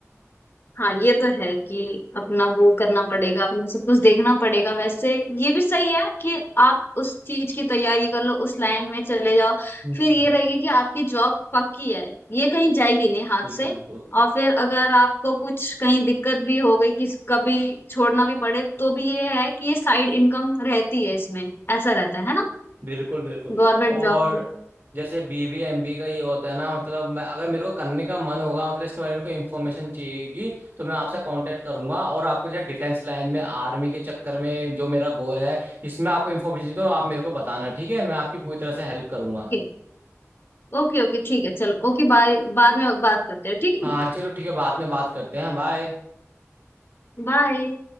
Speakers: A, on the left; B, on the right.
A: हाँ ये तो है कि अपना वो करना पड़ेगा अपना सब कुछ देखना पड़ेगा वैसे ये भी सही है कि आप उस चीज की तैयारी कर लो उस लाइन में चले जाओ
B: हम्म।
A: फिर ये रहेगा कि आपकी जॉब पक्की है ये कहीं जाएगी नहीं हाथ
B: बिल्कुल
A: से
B: बिल्कुल
A: और फिर अगर आपको कुछ कहीं दिक्कत भी हो गई कि कभी छोड़ना भी पड़े तो भी ये है कि ये साइड इनकम रहती है इसमें ऐसा रहता है है ना
B: बिल्कुल बिल्कुल
A: गवर्नमेंट
B: और
A: जॉब तो
B: जैसे बीबी एमबी का ये होता है ना मतलब मैं अगर मेरे को करने का मन होगा मतलब इसके बारे में कोई इन्फॉर्मेशन चाहिएगी तो मैं आपसे कांटेक्ट करूंगा और आपको जैसे डिफेंस लाइन में आर्मी के चक्कर में जो मेरा गोल है इसमें आपको इन्फॉर्मेशन चाहिए तो आप मेरे को बताना ठीक है मैं आपकी पूरी तरह से हेल्प करूंगा
A: ओके ओके ओके ठीक है चलो ओके बाय बाद में बात करते हैं ठीक
B: हाँ
A: है
B: चलो ठीक है बाद में बात करते हैं बाय
A: बाय